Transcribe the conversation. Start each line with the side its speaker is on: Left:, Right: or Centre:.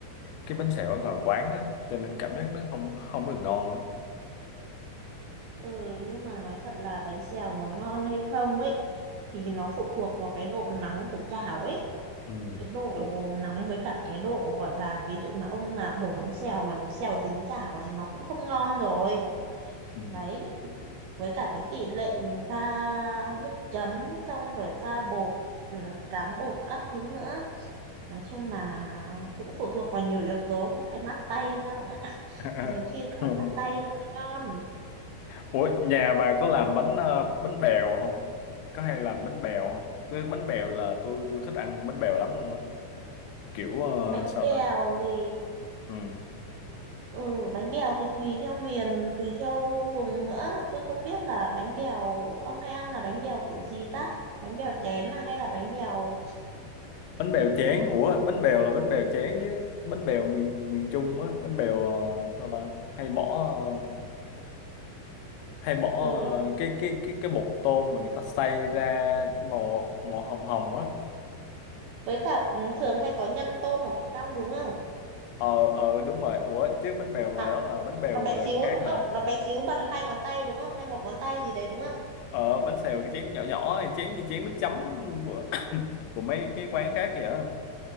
Left: cái bánh xèo ở ngoài quán á cho nên cảm giác nó không không được ngon lắm
Right: ừ nhưng mà nói thật là bánh xèo muốn ngon hay không ấy thì nó phụ thuộc vào cái độ nóng của chảo ấy
Left: Ừ.
Right: cái độ nóng với cả cái độ gọi là ví dụ mà ông mà đổ bánh xèo mà bánh xèo dính chảo là nó cũng không ngon rồi
Left: Ừ.
Right: đấy với cả cái tỷ lệ mình pha nước chấm xong rồi pha bột ừ, tráng bột các thứ nữa nói chung là cũng phụ thuộc vào nhiều yếu tố cũng phải bắt tay nữa ông ạ
Left: <laughs>
Right: nhiều khi cũng phải bắt tay nữa mới ngon
Left: Ủa nhà bà có làm bánh ờ, bánh bèo không có hay làm bánh bèo không cái bánh bèo là tôi tôi thích ăn bánh bèo lắm luôn á kiểu ờ,
Right: bánh
Left: sao
Right: bèo
Left: ta
Right: thì
Left: ừ.
Right: ừ bánh bèo thì tùy theo miền tùy theo vùng nữa tôi không biết là bánh bèo ông hay ăn là bánh bèo kiểu gì ta bánh bèo chén à, hay là bánh bèo
Left: bánh bèo chén
Right: ừ,
Left: ủa bánh bèo là bánh bèo chén chứ bánh bèo miền miền Trung á bánh bèo ờ, sao ta hay bỏ ờ, hay bỏ
Right: ừ,
Left: ờ, cái cái cái cái bột tôm mà người ta xay ra màu màu hồng hồng á
Right: với cả thường hay có nhân tôm ở phía trong đúng không
Left: ờ ờ đúng rồi ủa chứ bánh bèo ngoài
Right: à,
Left: đó là bánh bèo
Right: nó bé
Left: ờ,
Right: xíu
Left: khác
Right: đúng
Left: hả
Right: không nó bé xíu bằng hai ngón tay đúng không hay một ngón tay gì đấy đúng không
Left: ờ bánh xèo cái chén nhỏ nhỏ này, chén như chén nước chấm của <coughs> của mấy cái quán khác vậy á